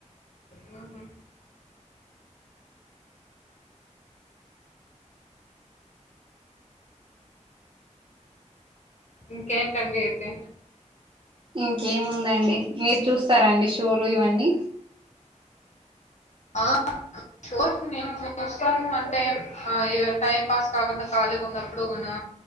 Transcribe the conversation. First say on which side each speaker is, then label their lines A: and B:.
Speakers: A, on the left; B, on the right.
A: ఉహ్ ఉ ఇంకేంటండి అయితే
B: ఇంకేముందండి మీరు చూస్తారాండి షోలు ఇవన్నీ
A: ఆ షోస్ మేము చూస్తామంటే ఆ ఇ టైం పాస్ కాకుండా కళీగా ఉన్నప్పుడు కూనా